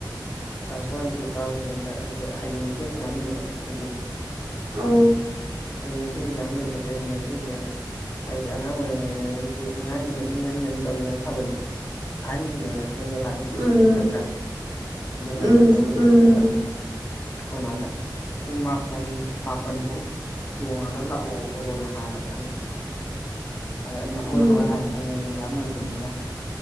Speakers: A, on the left (about 30°); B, on the right (about 80°).
A: ꯀ꯭ꯂꯥꯁ ꯋꯥꯟ ꯇꯨ ꯀꯥꯕꯁꯤꯗ ꯑꯩꯁꯦ ꯍꯌꯦꯡꯁꯦ ꯑꯦꯛꯖꯥꯝ ꯂꯩꯕ ꯑꯩꯒꯤ
B: ꯑ
A: ꯍꯌꯦꯡꯈ ꯑꯦꯛꯖꯥ ꯌꯥꯝ ꯂꯩꯕꯁꯦꯗꯅ ꯁꯤꯁꯦ ꯍꯥꯏꯗꯤ ꯑꯉꯥꯡ ꯑꯣꯏꯔꯤꯉꯩꯗꯒꯤꯗꯤ ꯑꯉꯥꯡꯒꯤꯗꯤ ꯉꯟ ꯉꯟꯅ ꯇꯧꯤꯗꯅ ꯊꯥꯕꯜꯁꯦ ꯑꯍꯟꯒꯤꯅꯦꯕ ꯊꯦꯡꯅ ꯂꯥꯛꯇꯣꯏꯁꯦ
B: ꯎꯝ
A: ꯅꯠꯇ꯭ꯔꯥ ꯑꯗꯨ ꯉꯟꯅ
B: ꯎꯝ
A: ꯇꯗꯨꯗ
B: ꯎꯝ
A: ꯑꯩꯈꯣꯏ ꯃꯥꯅ ꯄꯨꯡ ꯃꯥꯄꯟ ꯃꯥꯄꯜꯐꯥꯎ ꯆꯣꯡꯉꯒ ꯂꯥꯛꯑꯣ ꯈꯣꯠꯂꯣꯅ ꯍꯥꯏꯔꯕ ꯑꯩꯁꯦ ꯑꯗ ꯑꯩꯅ ꯍꯣꯏ
B: ꯎꯝ
A: ꯍꯣꯏ ꯍꯥꯏꯅ ꯍꯌꯦꯡ ꯑꯦꯛꯖꯥꯝ ꯂꯩꯕꯅꯤꯅ